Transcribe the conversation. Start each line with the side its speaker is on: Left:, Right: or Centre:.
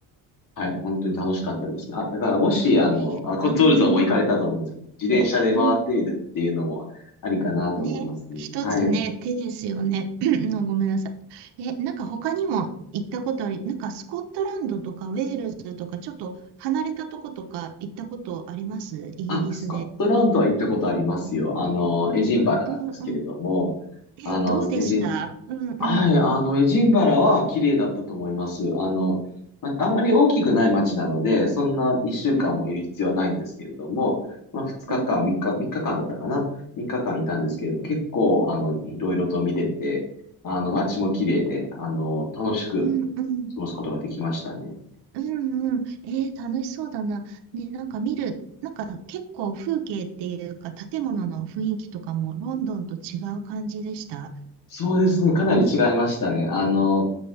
Left: はい、本当に楽しかったですね。あ、だからもし、
Right: えー、
Left: あの、あ、コッツウォルズはもう行かれたと思うんですけど、
Right: うんうん
Left: 自転車で回ってみるっていうのもありかなと思いますね。
Right: うん。ね、一つね、
Left: はい。
Right: 手ですよね。<clears throat> のごめんなさい。え、なんか他にも行ったことあり、なんかスコットランドとかウェールズとかちょっと離れたとことか行ったことありますイギリスで。
Left: あ、スコットランドは行ったことありますよ。あの、エジンバラなんですけれども、
Right: うんうん。え、
Left: あのですね、
Right: どうでしたうんうん。
Left: エジン、はい、あの、エジンバラは綺麗だったと思います。あの、まあまり大きくない街なので、そんな1週間もいる必要はないんですけれども、
Right: うん
Left: まあ、2日間、
Right: うん、
Left: 3日、3日間だったかな ?3 日間いたんですけれども、
Right: うん、
Left: 結構、あの、いろいろと見れて、あの、街も綺麗で、あの、楽しく
Right: うん、
Left: 過ごすことができましたね。
Right: うん、うん。えー、楽しそうだな。ね、なんか見る、なんか結構風景っていうか、建物の雰囲気とかもロンドンと違う感じでした。
Left: そうですね。かなり違いましたね。あの、